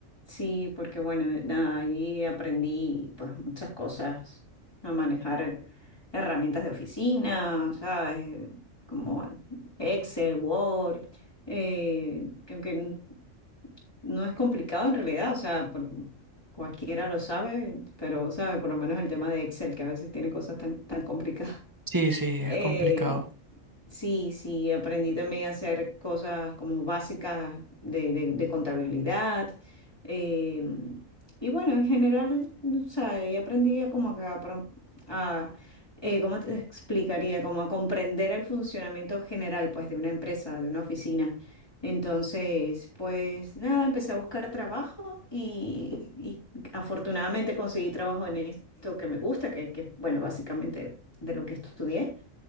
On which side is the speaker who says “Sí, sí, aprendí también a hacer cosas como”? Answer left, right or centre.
Left